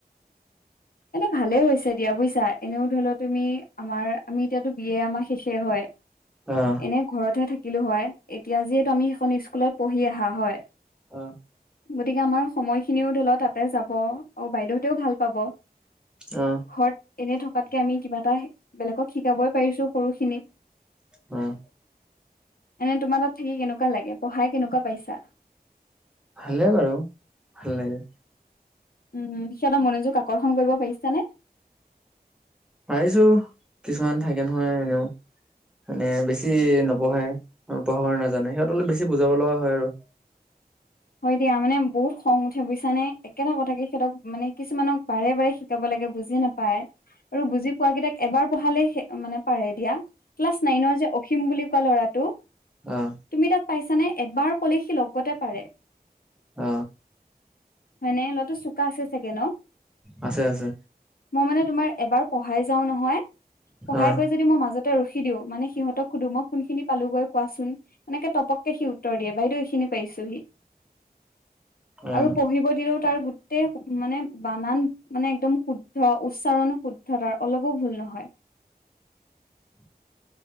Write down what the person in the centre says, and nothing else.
অ'।
অ'।
অ'।
উম।
ভালে বাৰু ভাল লাগে।
পাৰিছো কিছুমান থাকে নহয় এনেও। মানে বেছি নপঢ়ে আৰু পঢ়াব নাজানে সিহঁতক অলপ বেছি বুজাব লগা হয় আৰু।
আঁ
আ‍ঁ
আছে আছে।
অ',
অ',
<unintelligible>